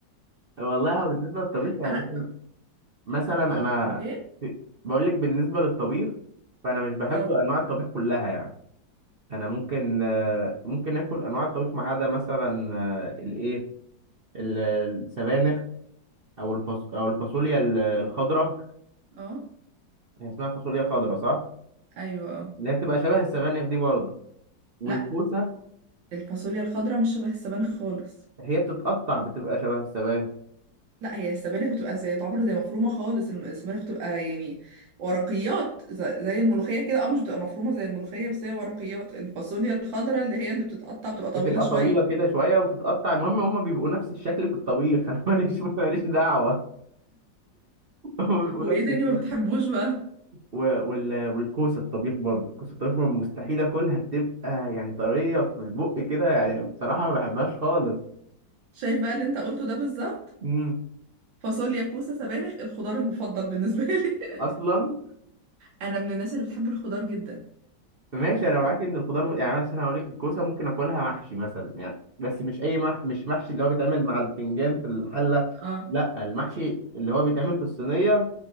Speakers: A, on the right (about 50°); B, on the right (about 80°).
A: والله بالنسبة للطبيخ
B: <laughs>
A: يعني
B: انا
A: مثلا مثلا أنا
B: ايه
A: بقول لك بالنسبة للطبيخ فأنا مش بحب
B: اه
A: أنواع الطبيخ كلها يعني أنا ممكن آه، ممكن آكل أنواع الطبيخ ما عدا مثلا آه، الإيه ال- السبانخ أو الفاص أو الفاصوليا ال- الخضراء
B: اه
A: هي اسمها فاصوليا خضراء صح؟
B: ايوه اه
A: اللي هي بتبقى شبه السبانخ دي برضه والكوسة
B: لا الفاصوليا الخضراء مش شبه السبانخ خالص
A: هي بتتقطع بتبقى شبه السبانخ
B: لا هي السبانخ بتبقى زي تعبر زي مفرومه خالص الم- السبانخ بتبقى يعني ورقيات ز- زي الملوخيه كده اه مش بتبقى مفرومه زي الملوخيه بس هي ورقيات الفاصوليا الخضراء اللي هي اللي بتتقطع بتبقى طويله
A: بتبقى
B: شويه
A: طويلة كده شوية وبتتقطع المهم هما بيبقوا نفس الشكل في الطبيخ <laughs> أنا ماليش ماليش دعوة هما بيبقوا
B: وايه
A: نفس
B: تاني
A: الشكل
B: ما بتحبوش بقى
A: و... وال... والكوسة الطبيخ برضه كوسة الطبيخ مستحيل آكلها بتبقى يعني طرية في البق كده يعني بصراحة ما بحبهاش خالص
B: شايف بقى اللي انت قلته ده بالظبط
A: امم
B: فاصوليا كوسه سبانخ الخضار المفضل بالنسبه لي <laughs>
A: أصلا
B: انا من الناس اللي بتحب الخضار جدا
A: ماشي أنا معاك إن الخضار م... يعني مثلا هقول لك الكوسة ممكن آكلها محشي مثلا يعني بس مش أي مح... مش محشي اللي هو بيتعمل مع البتنجان في الحلة
B: اه
A: لا المحشي اللي هو بيتعمل في الصينية